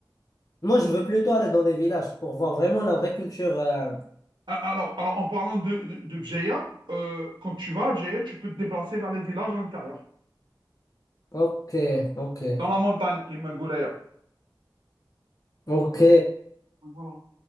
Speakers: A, on the left; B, on the right.
A: Moi, je veux plutôt aller dans les villages pour voir vraiment la vraie culture. euh.
B: Ah, Alors, alors, en parlant de, de, de Bjeya, euh, quand tu vas à Bjeya, tu peux te déplacer vers les villages à l'intérieur.
A: Ok, ok,
B: Dans la montagne, Imagouraya.
A: ok,
B: Donc, Voilà.